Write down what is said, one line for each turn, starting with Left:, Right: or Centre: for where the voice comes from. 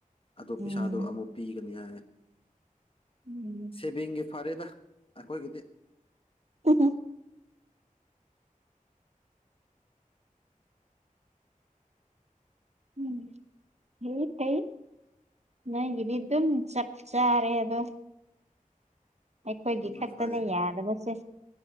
Left: ꯑꯣ ꯄꯩꯁꯥꯗꯣ
Right: ꯎꯝ
Left: ꯑꯃꯨꯛ ꯄꯤꯒꯅꯤ ꯍꯥꯏ
Right: ꯎꯝ
Left: ꯁꯦꯚꯤꯡꯒꯤ ꯐꯔꯦꯗ ꯑꯩꯈꯣꯏꯒꯤꯗꯤ
Right: ꯎ ꯎꯝ ꯍ ꯍꯩ ꯅ ꯏꯗꯤ ꯑꯗꯨꯝ ꯆ ꯆꯥꯔꯦ ꯑꯗꯣ ꯑꯩꯈꯣꯏꯒꯤ
Left: ꯑꯗꯨꯅ
Right: ꯈꯛꯇꯅ
Left: ꯐꯩ
Right: ꯌꯥꯗꯅꯕꯁꯦ